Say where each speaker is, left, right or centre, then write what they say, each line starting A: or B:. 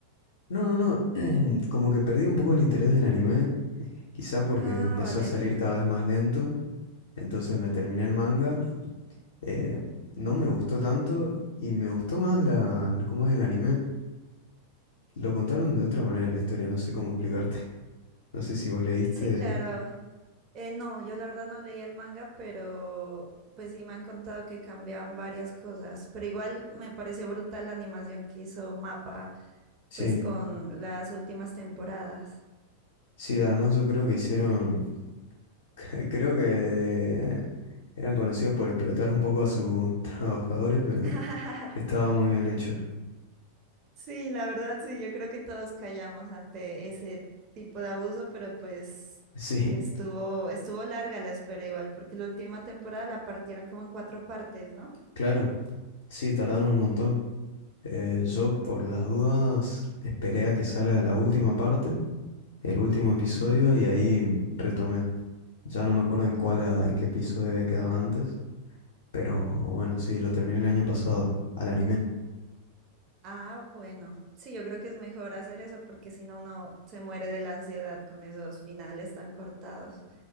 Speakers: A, on the left (about 60°); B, on the right (about 35°).
A: no, no, no, <clears throat> como que perdí un poco el interés del anime, quizá porque
B: Ah,
A: empezó
B: vale.
A: a salir cada vez más lento, entonces me terminé el manga, eh, no me gustó tanto y me gustó más la, cómo es el anime. Lo contaron de otra manera la historia, no sé cómo explicarte. <laughs> No sé si vos leíste.
B: Sí, claro. Eh, no, yo la verdad no leí el manga, pero pues sí me han contado que cambiaban varias cosas, pero igual me pareció brutal la animación que hizo Mapa,
A: Sí,
B: pues con las últimas temporadas.
A: sí, además yo creo que hicieron <laughs> Creo que eran conocidos por explotar un poco a sus <laughs> trabajadores, pero
B: <laughs>
A: estaba muy bien hecho. <laughs>
B: Sí, la verdad sí, yo creo que todos callamos ante ese tipo de abuso, pero pues
A: Sí,
B: estuvo, estuvo larga la espera igual, porque la última temporada la partieron como en cuatro partes, ¿no?
A: claro. Sí, tardaron un montón. Eh, yo, por las dudas, esperé a que salga la última parte, el último episodio, y ahí retomé. Ya no me acuerdo en cuál, era- en qué episodio había quedado antes, pero bueno, sí, lo terminé el año pasado, al anime.
B: Ah, bueno. Sí, yo creo que es mejor hacer eso porque si no, uno se muere de la ansiedad con esos finales tan cortados.